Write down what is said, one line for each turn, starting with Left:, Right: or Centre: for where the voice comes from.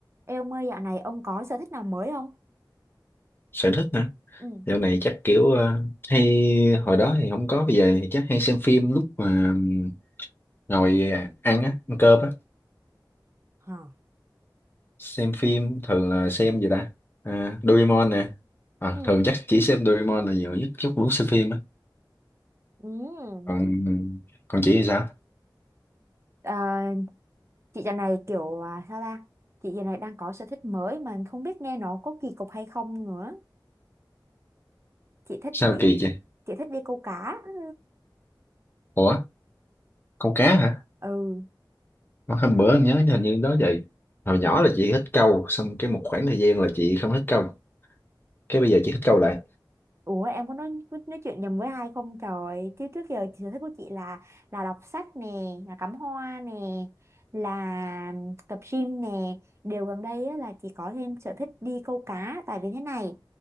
Right: Ê ông ơi, dạo này ông có sở thích nào mới không?
Left: sở thích hả
Right: ừ
Left: dạo này chắc kiểu ờ, hay hồi đó thì không có bây giờ thì chắc hay xem phim lúc mà ừm, ngồi ăn á ăn cơm á
Right: Hả?
Left: xem phim thường là xem gì ta à, Doraemon nè à,
Right: ừ
Left: thường chắc chỉ xem Doraemon là nhiều nhất chút lúc xem phim á
Right: ừ
Left: còn còn chị thì sao
Right: Ờ, chị dạo này kiểu à, sao ta? Chị dạo này đang có sở thích mới mà không biết nghe nó có kỳ cục hay không nữa. Chị thích
Left: sao
Right: đi,
Left: kỳ chị
Right: chị thích đi câu cá. Ừ,
Left: ủa câu cá hả
Right: Ừ.
Left: Ờ, hôm bữa em nhớ hình như đó vậy hồi nhỏ là chị thích câu xong cái một khoảng thời gian là chị không thích câu cái bây giờ chị thích câu lại
Right: Ủa em có nói nói chuyện nhầm với ai không trời Chứ trước giờ chị sở thích của chị là Là đọc sách nè Là cắm hoa nè Là tập gym nè Điều gần đây á, là chị có thêm sở thích đi câu cá Tại vì thế này